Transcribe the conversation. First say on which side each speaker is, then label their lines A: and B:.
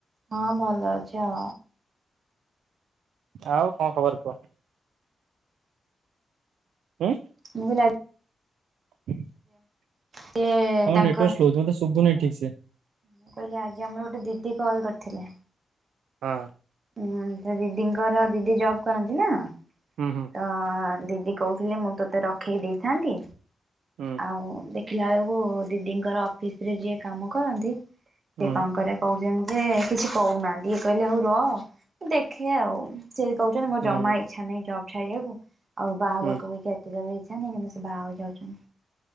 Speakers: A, on the right; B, on the right.
A: ହଁ ଭଲ ଅଛି ଆ
B: ଆଉ କଣ ଖବର କୁହ ହୁଁ
A: ମୁଁ ଲ
B: ତମ
A: ସିଏ ତାଙ୍କ
B: ନେଟୱକ୍ ସ୍ଲୋ ଅଛି ମତେ ସୁଭୁ ନେହି ଠିକ ସେ
A: ମୁଁ କହିଲି ଆଜି ଆମର ଗୋଟେ ଦିଦି କଲ୍ କରିଥିଲେ
B: ହଁ
A: ହଁ ଦିଦିଙ୍କର ଦିଦି ଜବ କରନ୍ତି ନା
B: ହୁଁ ହୁଁ
A: ତ ଦିଦି କହୁଥିଲେ ମୁଁ ତୋତେ ରଖେଇ ଦେଇଥାନ୍ତି
B: ହୁଁ
A: ଆଉ ଦେ ଦେଖିଲା ବେଳକୁ ଦିଦିଙ୍କର ଅଫିସ ରେ ଯିଏ କାମ କରନ୍ତି ସେଏ
B: ହୁଁ
A: କଣ କରିବା କହୁ ଯେମିତି କିଛି କହୁନାହାନ୍ତି ଇଏ କହିଲେ ହଉ ର ଦେଖେ ଆଉ ସେ ଯଦି କହୁଛନ୍ତି ମୋର
B: ହୁଁ
A: ଜମା ଇଛା ନାହିଁ ଜବ୍ ଛାଡିବାକୁ ଆଉ ବାହାହେବାକୁ
B: ହୁଁ
A: ବି ଏତଜଲ୍ଡି କିନ୍ତୁ ସେ ବାହାହେବାକୁ ଯାଉଛନ୍ତି